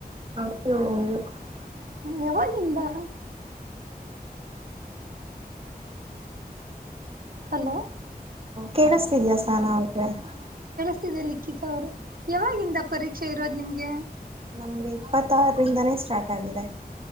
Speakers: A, on the right; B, on the right.
A: ಹೌದು ಹೌದು <unintelligible>
B: ಯಾವಾಗಿಂದನ <unintelligible> ಹಲೋ <unintelligible>
A: ಕೇಳಿಸ್ತಿದ್ಯಾಯ ಸನಾವ್ರೆ <unintelligible>
B: ಇ ಲಿಖಿತ ಅವರು ಯಾವಾಗಿಂದ ಪರೀಕ್ಷೆ ಇರೋದು ನಿಮ್ಗೆ <unintelligible>
A: ನಮಗೆ ಇಪ್ಪತ್ತಾರರಿಂದನೇ ಸ್ಟಾರ್ಟ್ ಆಗಿದೆ <unintelligible>